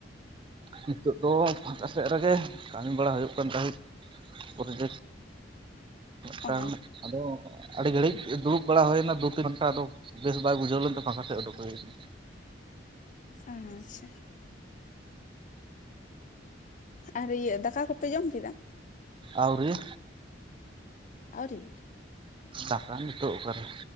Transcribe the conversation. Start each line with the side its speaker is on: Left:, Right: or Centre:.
Right: ᱱᱤᱛᱚᱜ ᱫᱚ ᱯᱷᱟᱠᱟ ᱥᱮᱫ ᱨᱮᱜᱮ ᱠᱟᱹᱢᱤ ᱵᱟᱲᱟ ᱦᱩᱭᱩᱜ ᱠᱟᱱ ᱛᱟᱦᱮᱸᱫ ᱚᱲᱟᱜ ᱠᱚᱨᱮ ᱜᱮ᱾ ᱠᱷᱟᱱ
Left: ᱚ
Right: ᱟᱫᱚ ᱟᱹᱰᱤ ᱜᱷᱟᱹᱲᱤᱡᱽ ᱫᱩᱲᱩᱵᱽ ᱵᱟᱲᱟ ᱦᱩᱭᱱᱟ ᱫᱩ ᱛᱤᱱ ᱜᱷᱚᱱᱴᱟ ᱟᱫᱚ ᱵᱮᱥ ᱵᱟᱭ ᱵᱩᱡᱷᱟᱹᱣᱮᱱ ᱯᱷᱟᱠᱟ ᱥᱮᱫ ᱩᱰᱩᱠ ᱦᱩᱭ ᱱᱟ
Left: ᱟᱪᱪᱷᱟ ᱟᱨ ᱤᱭᱟᱹ ᱫᱟᱠᱟ ᱠᱚᱯᱮ ᱡᱚᱢ ᱠᱮᱫᱟ᱾
Right: ᱟᱹᱣᱨᱤᱭᱟ
Left: ᱟᱹᱣᱨᱤ
Right: ᱫᱟᱠᱟ ᱱᱤᱛᱚᱜ ᱚᱠᱟᱨᱮ